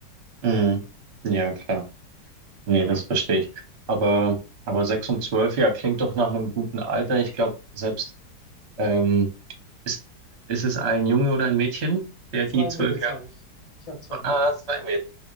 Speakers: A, on the right; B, on the left.
A: Mhm. Ja, klar. Nee, das verstehe ich. Aber, aber sechs und zwölf, ja, klingt doch nach einem guten Alter. Ich glaube, selbst, ähm, ist, ist es ein Junge oder ein Mädchen, der
B: Zwei
A: die zwölf
B: Mädels
A: Jahre,
B: habe ich. Ich habe zwei Mädels.
A: ah, zwei Mädchen.